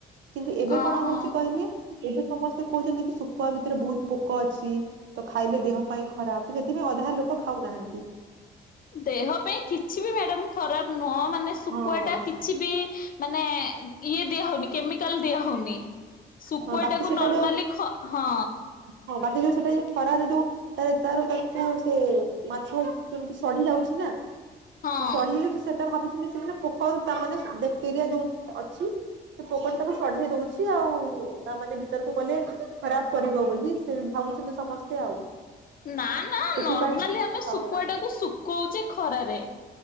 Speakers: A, on the right; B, on the left.
A: କିନ୍ତୁ ଏବେ
B: ଓହୋ।
A: କଣ ହଉଛି କହିଲେ ଏବେ ସମସ୍ତେ କହୁଛନ୍ତି କି ଶୁଖୁଆ ଭିତରେ ବହୁତ ପୋକ ଅଛି। ତ ଖାଇଲେ ଦେହ ପାଇଁ ଖରାପ ତ ସେଥିପାଇଁ ଅଧା ଲୋକ ଖାଉନାହାନ୍ତି।
B: ଦେହ ପାଇଁ କିଛି ବି ମ୍ୟାଡାମ ଖରାପ ନୁହଁ ମାନେ ଶୁଖୁଆ
A: ହଁ
B: ଟା କି କିଛି ବି ମାନେ ଇଏ ଦିଆହଉନି କେମିକାଲ ଦିଆ ହଉନି ଶୁଖୁଆ
A: ହଁ ବାକି
B: ଟାକୁ
A: ସେଟା
B: ନର୍ମାଲି
A: ଯୋଉ
B: ଖ ହଁ
A: ହଁ ବାକି ଯୋଉ ସେଟା ଯ ଖରାରେ ଯୋଉ ତାର ତାର ତାକୁ ସେ ମାଛ କେମିତି ସଢି ଯାଉଛି ନା
B: ହଁ
A: ସଢ ସେଟା ଭାବୁଛନ୍ତି ସେମାନେ ପୋକରୁ ତା ମାନେ ବକ୍ଟେରିଆ ଯୋଉ ଅଛି ସେ ପୋକଟା ତାକୁ ସଢେଇ ଦଉଛି ଆଉ ତା ମାନେ ଭିତରକୁ ଗଲେ ଖରାପ କରିବ ବୋଲି। ସେ ଭାବୁଛନ୍ତି ସମସ୍ତେ ଆଉ।
B: ନା ନା
A: ସେଥିପାଇଁ
B: ନର୍ମାଲି
A: ଖାଉନା
B: ଆମେ ଶୁଖୁଆଟାକୁ ଶୁଖଉଛେ ଖରାରେ।